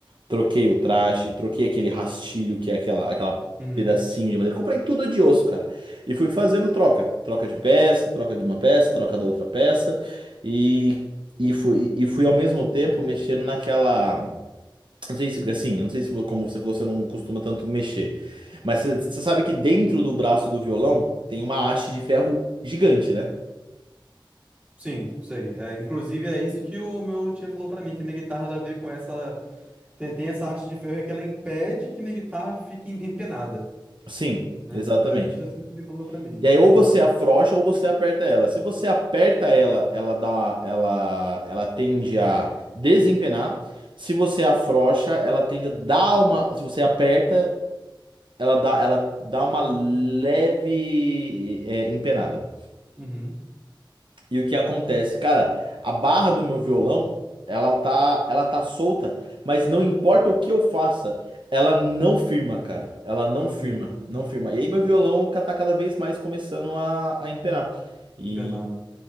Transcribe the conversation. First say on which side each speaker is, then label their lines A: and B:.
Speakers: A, on the right (about 65°); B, on the right (about 15°).
A: troquei o traste, troquei aquele rastilho, que é aquela, aquela
B: uhum,
A: pedacinho de madeira. Comprei tudo de osso, cara. E fui fazendo troca. Troca de peça, troca de uma peça, troca da outra peça. E, e, fui, e fui ao mesmo tempo mexendo naquela não sei se, assim, eu não sei se, como você falou, você não costuma tanto mexer. Mas
B: uhum.
A: você você sabe que dentro do braço do violão tem uma haste de ferro gigante, né?
B: Sim, sei. É, inclusive é isso que o meu luthier falou pra mim, que minha guitarra ela veio com essa. Tem, tem essa haste de ferro que ela impede que minha guitarra fique em- empenada,
A: Sim,
B: né?
A: exatamente.
B: É justamente o que ele falou pra mim.
A: E aí ou você
B: Aham.
A: afrouxa ou você aperta ela. Se você aperta ela, ela dá, ela, ela tende a desempenar. Se você afrouxa, ela tende a dar uma, se você aperta, ela dá, ela dá uma leve, é, empenada.
B: Uhum.
A: E o que acontece? Cara, a barra do meu violão, ela tá, ela tá solta, mas não importa o que eu faça, ela não firma, cara. Ela não
B: Não
A: firma,
B: firma.
A: não
B: Uhum.
A: firma. E aí meu violão tá cada vez mais começando a, a empenar. E
B: Empenar.